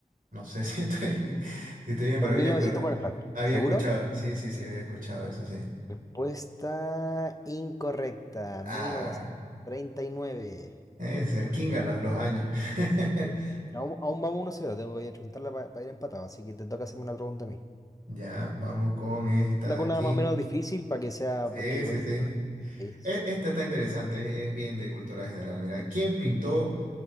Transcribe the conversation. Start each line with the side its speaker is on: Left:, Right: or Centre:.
Right: No sé <laughs> si estoy, si estoy bien,
Left: Por
Right: pero
Left: mil
Right: había,
Left: novecientos
Right: escu-
Left: cuarenta.
Right: había
Left: ¿Seguro?
Right: escuchado. Sí, sí, sí, había escuchado eso, sí.
Left: Respuesta incorrecta,
Right: Ah,
Left: 1939.
Right: eh, cerquinga los, los años. <laughs>
Left: Eh, sí, pero aún, aún vamos uno cero, tengo que chuntarla para ir empatado, así que te toca hacerme una pregunta a mí.
Right: Ya, vamos con esta
Left: Anda
Right: de
Left: con
Right: aquí.
Left: una más o menos difícil para que sea,
Right: Sí,
Left: porque igual...
Right: sí, sí.
Left: Difícil,
Right: E- Esta está interesante, es es bien de cultura general. Mira, ¿quién pintó